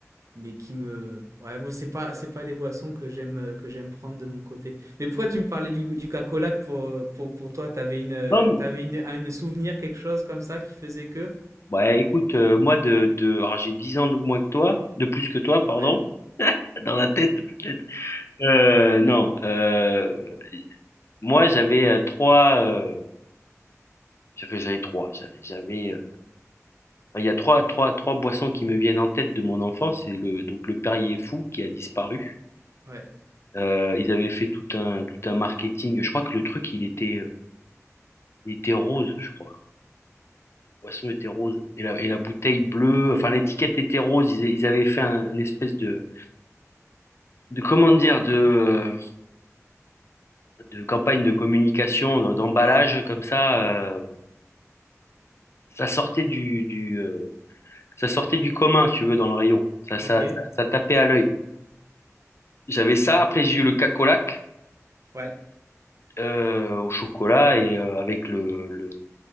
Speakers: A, on the right; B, on the left.
A: mais qui me ouais moi c'est pas c'est pas des boissons que j'aime euh, que j'aime prendre de mon côté mais pourquoi tu me parlais du du Coca-Cola pour euh, pour pour toi t'avais une euh,
B: Non, mais-
A: t'avais une un une souvenir quelque chose comme ça qui faisait que
B: ouais, écoute, euh, moi, de, de, alors j'ai 10 ans de moins que toi, de plus que toi, pardon,
A: ouais
B: <laughs> dans la tête, peut-être. Euh, non, euh, moi, j'avais euh, trois, euh, j'avais, j'avais trois, j'avais, j'avais, euh, il y a trois, trois, trois boissons qui me viennent en tête de mon enfance. C'est le, donc le Perrier Fou qui a disparu.
A: ouais
B: Euh, ils avaient fait tout un, tout un marketing. Je crois que le truc, il était, euh, il était rose, je crois. boisson était rose. Et la, et la bouteille bleue, enfin l'étiquette était rose. Ils, ils avaient fait un, une espèce de, de comment dire, de, de campagne de communication, d'emballage comme ça. euh, ça sortait du, du, euh, ça sortait du commun, si tu veux, dans le rayon. Ça, ça,
A: ok
B: ça, ça tapait à l'œil. J'avais ça. Après, j'ai eu le cacolac
A: ouais
B: euh, au chocolat et euh, avec le, le